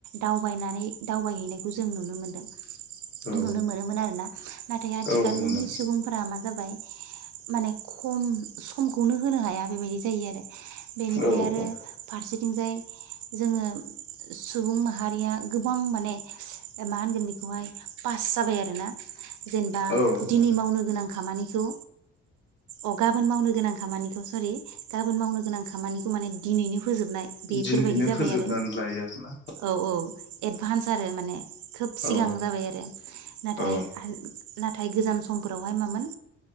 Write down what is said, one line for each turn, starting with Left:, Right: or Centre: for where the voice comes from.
Right: दावबायनानै दावबायहैनायखौ जों नुनो मोनदों।
Left: औ
Right: नुनो मोनोमोन आरो ना नाथाय आथिखालनि
Left: औ मोनोमोन
Right: सुबुंफोरा मा जाबाय माने खम समखौनो होनो हाया। बेबायदि जायो आरो बेनिफ्राय
Left: औ
Right: आरो
Left: औ
Right: फारसे बिथिंजाय जोङो सुबुं माहारिया गोबां माने मा होनगोन बेखौहाय पास जाबाय आरोना। जेनेबा
Left: औ
Right: दिनै
Left: औ
Right: मावनो गोनां खामानिखौ अ गाबोन मावनो गोनां खामानिखौ सरि। गाबोन मावनो गोनां खामानिखौ माने दिनैनो फोजोबनाय बेफोरबायदि
Left: दिनैनो
Right: जाबाय
Left: फोजोबनानै
Right: आरो
Left: लायो आरोना
Right: औ औ एडभान्स आरो माने खोब सिगां
Left: औ
Right: जाबाय आरो। नाथाय
Left: औ
Right: नाथाय गोजाम समफोरावहाय मामोन